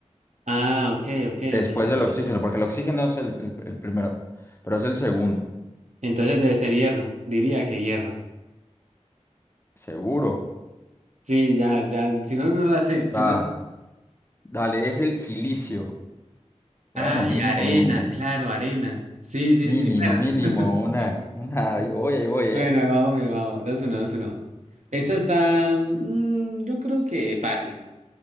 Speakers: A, on the right; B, on the left.
A: Ah, ok, ok,
B: Después
A: ok, ok.
B: del oxígeno, porque el oxígeno es el el- el primero, pero es el segundo.
A: Entonces debe ser hierro, diría que hierro.
B: Seguro.
A: Sí, ya, ya, si no, no la sé, si
B: Va,
A: no...
B: dale, es el silicio. Bueno,
A: Ay,
B: mínimo,
A: arena, claro, arena. Sí, sí,
B: mínimo,
A: sí, bueno.
B: mínimo, una,
A: <laughs>
B: una, ahí voy, ahí voy,
A: Bueno,
B: ¿eh?
A: ahí vamos, bien, vamos, dos, uno, dos, uno. Esta
B: Dos,
A: está,
B: uno.
A: mm, yo creo que fácil.